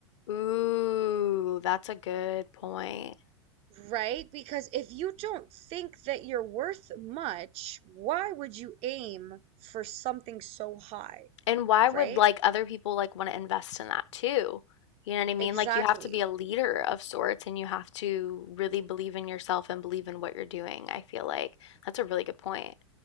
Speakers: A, on the left; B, on the right.
A: Ooh, that's a good point.
B: Right? Because if you don't think that you're worth much, why would you aim for something so high?
A: And why would
B: Right?
A: like other people like want to invest in that too? You know what I mean?
B: Exactly.
A: Like you have to be a leader of sorts and you have to really believe in yourself and believe in what you're doing. I feel like that's a really good point.